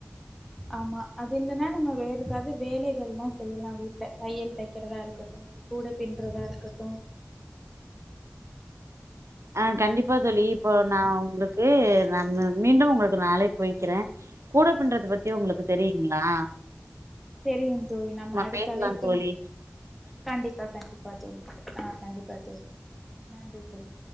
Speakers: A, in the centre; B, on the right (about 60°).
A: ஆமா அது இல்லைன்னா நம்ம வேற எதாவ்து வேலைகல்லா செய்யலா வீட்டுல தையல் தைக்கிறதா இருக்கட்டு கூட பின்றதா இருக்கட்டு
B: ஆ கண்டிப்பா தோழி
A: சரி
B: இப்ப நா
A: தோழி.
B: உங்களுக் கு ந ந மீண்டு உங்களுக்கு நா அழைப்பு வைக்கிறே கூட பின்றத பத் தி உங்களுக்கு தெரியுங்ளா
A: தெரியு தோழி நம்ம அடுத்த
B: பேசலா
A: அழைப்புல
B: தோழி
A: கண்டிப்பா கண்டிப்பா தோழி ஆ கண்டிப்பா தோழி நன்றி தோழி